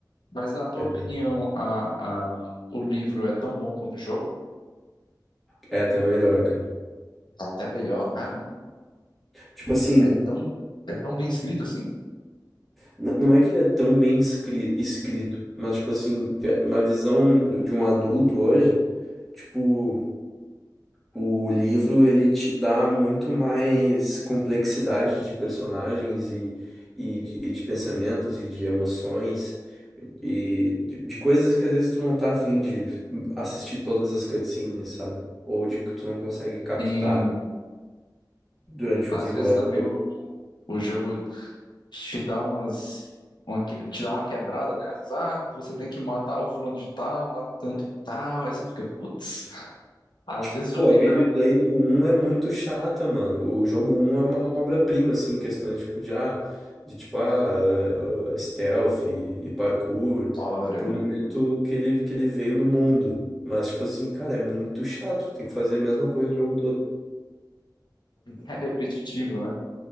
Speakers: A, on the left (about 80°); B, in the centre.
A: Mas na tua
B: É
A: opinião,
B: bizarro.
A: a, a, o livro é tão bom quanto o jogo?
B: É até melhor, cara.
A: É até melhor, caramba.
B: Tipo assim,
A: É tão, é tão bem escrito assim.
B: n- não é que ele é tão bem escri- escrito, mas tipo assim, é uma visão de um adulto hoje, tipo, o livro ele te dá muito mais complexidade de personagens e, e, de, e de pensamentos e de emoções e de, de coisas que às vezes tu não tá afim de assistir todas as cutscenes, sabe? Ou de que tu não consegue captar
A: E
B: durante
A: às
B: o desenrolar.
A: vezes também o, o jogo te dá umas, uma que- te dá uma quebrada, né? Às vezes, ah, você tem que matar o fulano de tal, lá no tanto tal, aí você fica, putz. Às
B: Tipo,
A: vezes
B: pô,
A: o livro
B: a gameplay
A: é uma
B: do um é muito chata, mano. O jogo um é uma obra-prima, assim, em questões, tipo, de, ah, de, tipo, ah, ah, ah, stealth e, e parkour,
A: história,
B: pro
A: né?
B: momento que ele, que ele veio no mundo. Mas, tipo assim, cara, é muito chato. Tem que fazer a mesma coisa o jogo todo.
A: É repetitivo, né?